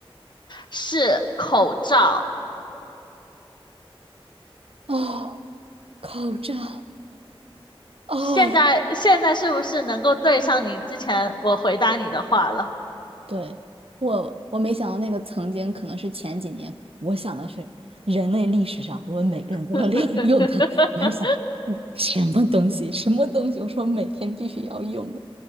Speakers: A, on the left; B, on the right.
A: 是口罩。
B: 哦，口罩，哦，
A: 现在现在是不是能够对上你之前我回答你的话了？
B: 对，我我没想到那个曾经可能是前几年，我想的是人类历史上我们每个人都要利用
A: <laughs>
B: <laughs> 它，我还想嗯什么东西什么东西，我说每天必须要用的，